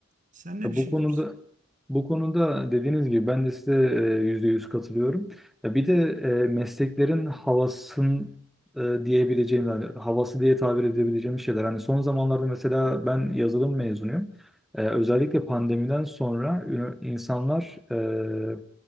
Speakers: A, on the right; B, in the centre.
A: Sen ne
B: Ya
A: düşünüyorsun?
B: Bu konuda bu konuda dediğiniz gibi ben de size e, %100 katılıyorum. Ya bir de e, mesleklerin havasın e, diyebileceğim yani havası diye tabir edebileceğim şeyler. Hani son zamanlarda mesela ben yazılım mezunuyum. E, Özellikle pandemiden sonra ünü- insanlar e,